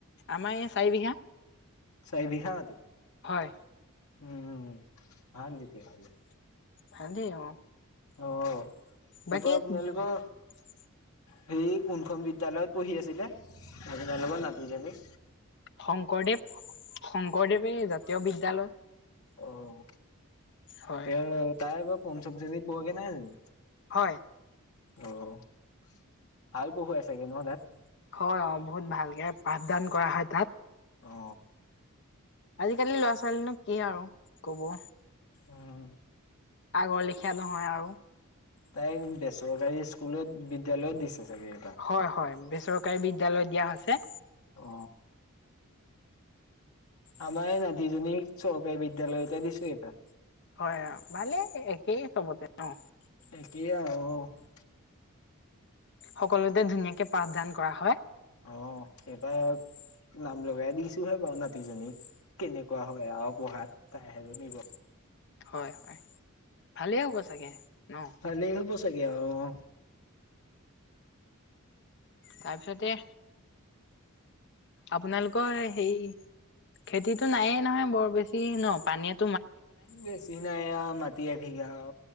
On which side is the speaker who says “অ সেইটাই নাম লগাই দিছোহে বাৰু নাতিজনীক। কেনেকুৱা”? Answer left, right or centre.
Left